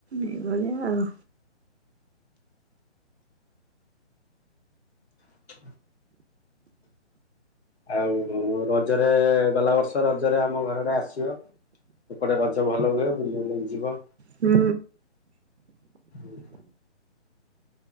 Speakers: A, on the right (about 65°); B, on the left (about 60°).
A: ଏ ଭଳି ଆଉ
B: ହ ଆଉ ରଜରେ ଗଲା ବର୍ଷ ରଜରେ ଆମ ଘର ଆଡେ ଆସିବ। ଏପଟେ ରଜ ଭଲ ହୁଏ, ବୁଲ ବା ଯିବ।
A: ହୁଁ।
B: ହୁଁ।